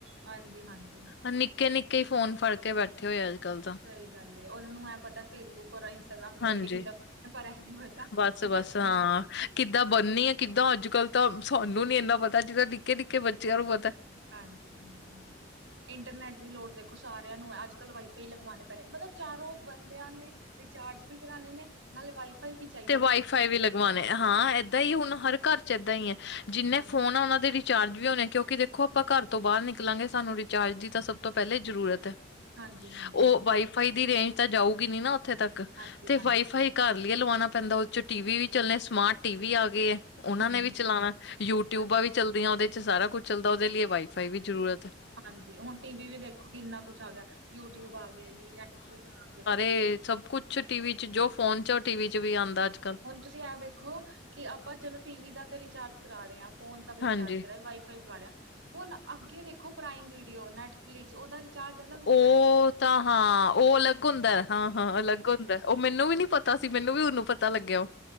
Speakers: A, on the right; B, on the left.
A: ਹਾਂਜੀ, ਹਾਂਜੀ।
B: ਆਹ ਨਿੱਕੇ, ਨਿੱਕੇ ਹੀ ਫੋਨ ਫੜ ਕੇ ਬੈਠੇ ਹੋਏ ਆ ਅੱਜ- ਕੱਲ ਤਾਂ।
A: ਸਹੀ ਗੱਲ ਹੈ, ਉਹਨਾ ਨੂੰ ਐ ਪਤਾ ਫੇਸਬੁੱਕ ਔਰ ਇੰਸਟਾਗ੍ਰਾਮ ਦੀ
B: ਹਾਂਜੀ
A: ਆਈ ਡੀ ਕਿੱਦਾਂ! ਪਰ ਐ ਨਹੀਂ ਪਤਾ
B: ਬਸ-ਬਸ
A: ਕਿ ਭਰਨਾ
B: ਹਾਂ
A: ਕਿੱਦਾ
B: ਕਿੱਦਾਂ ਬਣਨੀ ਆ, ਕਿੱਦਾਂ ਅੱਜ- ਕੱਲ ਤਾਂ ਸਾਨੂੰ ਨੀ ਐਨਾ ਪਤਾ ਜਿਹੜਾ ਨਿੱਕੇ- ਨਿੱਕੇ ਬੱਚਿਆਂ ਨੂੰ ਪਤਾ।
A: ਹਾਂਜੀ, ਹਾਂਜੀ, ਹਾਂਜੀ ਇੰਟਰਨੈਟ ਦੀ ਲੋੜ ਦੇਖੋ ਸਾਰਿਆਂ ਨੂੰ ਹੈ, ਅੱਜ- ਕੱਲ ਵਾਈਫਾਈ ਲਗਵਾਣੇ ਪੈ ਰਹੇ ਮਤਲਬ ਚਾਰੋਂ ਬੰਦਿਆਂ ਨੇ, ਰਿਚਾਰਜ ਵੀ ਕਰਾਨੇ ਨੇ, ਨਾਲੇ ਵਾਈਫਾਈ ਵੀ ਚੈ
B: ਤੇ ਵਾਈਫਾਈ ਵੀ ਲਗਵਾਉਣੇ, ਹਾਂ ਐਦਾਂ ਹੀ ਹੁਣ ਹਰ ਘਰ 'ਚ ਐਦਾਂ ਹੀ ਹੈ, ਜਿੰਨੇ
A: ਹਾਂਜੀ,
B: ਫੋਨ ਆ ਉਹਨਾਂ ਦੇ ਵਿੱਚ, ਰਿਚਾਰਜ ਵੀ ਹੋਣੇ ਕਿਉਂਕਿ ਦੇਖੋ ਆਪਾਂ ਘਰ ਤੋਂ ਬਾਹਰ ਨਿਕਲਾਂਗੇ ਸਾਨੂੰ ਰਿਚਾਰਜ ਦੀ ਤਾਂ ਸਭ ਤੋਂ ਪਹਿਲੇ ਜ਼ਰੂਰਤ ਹੈ।
A: ਹਾਂਜੀ, ਹਾਂਜੀ,
B: ਉਹ
A: ਹਾਂਜੀ,
B: ਵਾਈਫਾਈ ਦੀ ਰੇਂਜ ਤਾਂ ਜਾਊਗੀ ਨੀ ਨਾ ਉੱਥੇ ਤੱਕ,
A: ਹਾਂਜੀ,
B: ਤੇ
A: ਹਾਂਜੀ।
B: ਵਾਈਫਾਈ, ਘਰ ਲਈਏ ਲਵਾਉਣਾ ਪੈਂਦਾ, ਉਹ 'ਚ ਟੀ ਵੀ ਚੱਲਣੇ, ਸਮਾਰਟ ਟੀ ਵੀ ਆ ਗਏ ਹੈ ਉਹਨਾ
A: ਹੂੰ-ਹੂੰ,
B: ਨੇ ਵੀ ਚਲਾਉਣਾ, ਯੂਟਿਊਬਾਂ
A: ਹਾਂਜੀ,
B: ਵੀ ਚੱਲਦੀਆਂ ਉਹਦੇ 'ਚ, ਸਾਰਾ ਕੁੱਝ ਚੱਲਦਾ ਉਹਦੇ ਲਈ ਵਾਈਫਾਈ ਵੀ ਜ਼ਰੂਰਤ ਹੈ।
A: ਹਾਂਜੀ ਹੁਣ ਟੀ ਵੀ ਵੀ ਦੇਖੋ ਕਿ ਕਿੰਨਾ ਕੁਛ ਆ ਗਿਆ ਯੂਟਿਊਬ ਆ ਗਿਆ ਜੀ ਨੈਟਫਲਿਕਸ ਆ ਗਿਆ
B: ਤੇ ਸਭ ਕੁਛ ਛ ਟੀ ਵੀ 'ਚ, ਜੋ ਫੋਨ 'ਚ ਉਹ ਟੀ ਵੀ 'ਚ ਵੀ ਆਉਂਦਾ ਅੱਜ -ਕੱਲ।
A: ਹੁਣ ਤੁਸੀਂ ਐਹ ਵੇਖੋ ਕਿ ਆਪਾਂ ਚਲੋ ਟੀ ਵੀ ਦਾ ਤੇ ਰਿਚਾਰਜ ਕਰਾ ਰਹੇ ਆਂ। ਫੋਨ ਦਾ ਵੀ
B: ਹਾਂਜੀ
A: ਰਿਚਾਰਜ ਕਰਾਏ, ਵਾਈਫਾਈ ਵੀ ਲਵਾ ਲਿਆ, 'ਹੁਣ ਅੱਗੇ ਦੇਖੋ ਪ੍ਰਾਈਮ ਵੀਡੀਓ ਨੈਟਫਲਿਕਸ ਉਹਦਾ, ਰਿਚਾਰਜ ਅਲੱਗ ਹੁੰਦਾ
B: ਓ
A: ਹੈ।
B: ਤਾਂ ਹਾਂ, ਉਹ ਅਲੱਗ ਹੁੰਦਾ, ਹਾਂ ਹਾਂ ਅਲੱਗ ਹੁੰ ਦਾ, ਉਹ ਮੈਨੂੰ ਵੀ ਨੀ ਪਤਾ ਸੀ, ਮੈਨੂੰ ਵੀ ਉਹਨੂੰ ਪਤਾ ਲੱਗਿਆ ਓ